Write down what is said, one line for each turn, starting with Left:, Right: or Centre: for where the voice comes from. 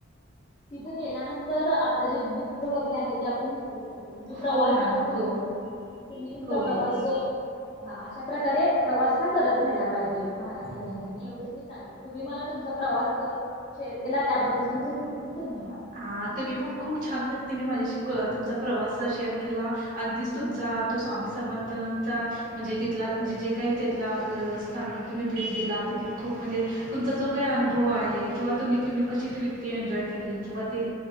Left: तिथे गेल्यानंतर आपलं जे दुः वगैरे आहे ते आपण विसरू शको म्हणजे प्रवास
Right: हो मॅम
Left: आता तुम्ही
Right: हो
Left: तुम्ही तुमचा
Right: हो
Left: प्रवास हा अशा प्रकारे प्रवास हा करत राहाला पाहिजे महाराजांच्या
Right: हो
Left: चरणी एवढंच मी सांगते तुम्ही मला तुमचा प्रवास शेअर केला त्याबद्दल तुमचे खूप खूप धन्यवाद
Right: ह तर मी पण खूप छान पद्धतीने माझ्याशी तुमचा प्रवास शेअर केला अगदीच तुमचा तो स्वामी समर्थनचा म्हणजे तिथला म्हणजे जे काही तिथला स्थानावर तु मी भेट दिला ती खूप म्हणजे तुमचा जो काही अनुभव आहे किंवा तुम्ही तुम्ही कशी त्रिप्ती एन्जॉय केली किंवा ते